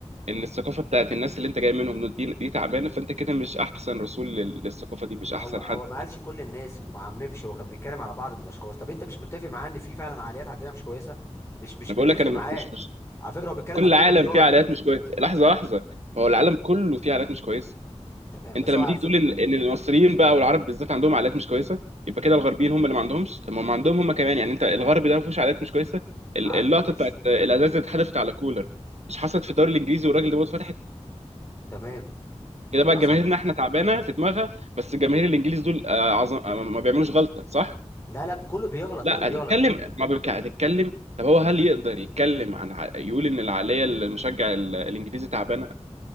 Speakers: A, on the left (about 25°); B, on the right (about 70°).
A: مم.
B: ان الثقافه بتاعت الناس اللي انت جاي منهم دول دي دي تعبانه فانت كده مش احسن رسول لل- للثقافه دي مش احسن
A: هو هو
B: حد
A: ما قالش كل الناس هو ما عممش هو كان بيتكلم على بعض من الاشخاص طب انت مش متفق معاه ان في فعلا عقليات عندنا مش كويسه مش مش
B: انا
A: متفق
B: بقول لك انا
A: معاه
B: مش مش
A: على فكره هو بيتكلم
B: كل
A: في
B: العالم
A: جانب الرياضي
B: فيه عائلات مش كويسه لحظه لحظه ما هو العالم
A: مم.
B: كله فيه عائلات مش كويسه
A: تمام
B: انت
A: بس
B: لما
A: هو على
B: تيجي
A: فكره
B: تقول ان ان المصريين بقى والعرب بالذات عندهم عائلات مش كويسه يبقى كده الغربيين هم اللي ما عندهمش طب ما هم عندهم هم كمان يعني انت الغرب ده ما فيهوش عائلات مش كويسه ال-
A: عند
B: اللقطه
A: مش
B: بتاعت الازاز اللي اتحدفت على كولر مش حصلت في الدوري الانجليزي والراجل ده فتح
A: تمام
B: كده بقى
A: حصل
B: جماهيرنا احنا تعبانه في دماغها بس جماهير الانجليز دول آه، عظم آه، ما ما بيعملوش غلطه صح
A: لا لا كله بيغلط
B: لا
A: كله بيغلط
B: هتتكلم ما بك... هتتكلم طب هو هل يقدر يتكلم عن ع- يقول ان العقليه المشجع ال- الانجليزي تعبانه